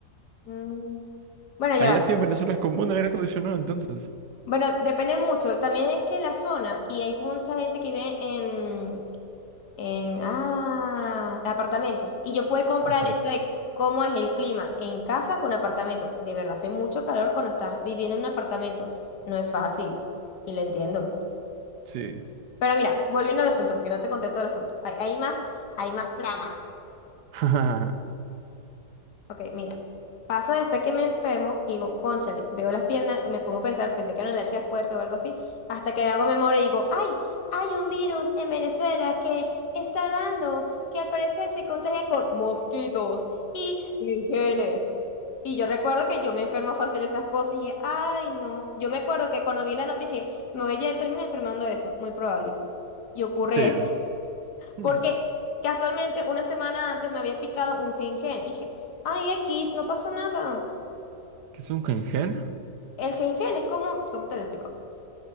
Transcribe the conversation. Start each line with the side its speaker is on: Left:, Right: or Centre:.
Left: Mm, Bueno, ya
Right: Allá
Left: va.
Right: sí en Venezuela es común el aire acondicionado, entonces.
Left: Bueno, depende mucho. También es que la zona, y hay mucha gente que vive en, en ah, apartamentos. Y yo puedo comprar
Right: Acá.
Left: el hecho de cómo es el clima en casa con apartamento. De verdad, hace mucho calor cuando estás viviendo en un apartamento. No es fácil. Y lo entiendo.
Right: Sí.
Left: Pero mira, volviendo al asunto, porque no te conté todo el asunto. Hay, hay más, hay más trama.
Right: <laughs>
Left: Ok, mira. Pasa después que me enfermo, que digo, cónchale, veo las piernas, me pongo a pensar, pensé que era una alergia fuerte o algo así, hasta que hago memoria y digo, ¡ay! Hay un virus en Venezuela que está dando, que al parecer se contagia con mosquitos y genes. Y yo recuerdo que yo me enfermo fácil de esas cosas y, ¡ay no! Yo me acuerdo que cuando vi la noticia, me voy a terminar enfermando de eso, muy probable. Y ocurre
Right: Sí. Mm,
Left: porque casualmente una semana antes me había picado un gen-gen. Y dije, ay, X, no pasa nada.
Right: ¿Qué es un cangrejo?
Left: El gen-gen es como, ¿cómo te lo explico?